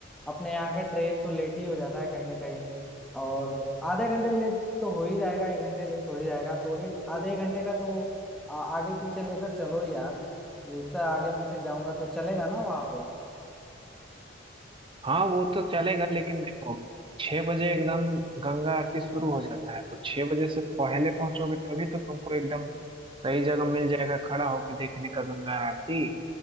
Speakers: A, in the centre; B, on the right.
A: अपने यहाँ का ट्रेन तो लेट ही हो जाता है कहीं ना कहीं और आधे घंटे लेट तो हो ही जाएगा एक घंटे लेट हो ही जाएगा तो एक आधे एक घंटे का तो आ, आगे पीछे लेकर चलो यार ये उतना आगे पीछे जाऊंगा तो चलेगा ना वहाँ पे
B: हाँ वो तो चलेगा लेकिन देखो छह बजे एकदम गंगा आरती शुरू हो जाता है तो छह बजे से पहले पहुंचोगे तभी तो तुमको एकदम सही जगह मिल जाएगा खड़ा होकर देखने का गंगा आरती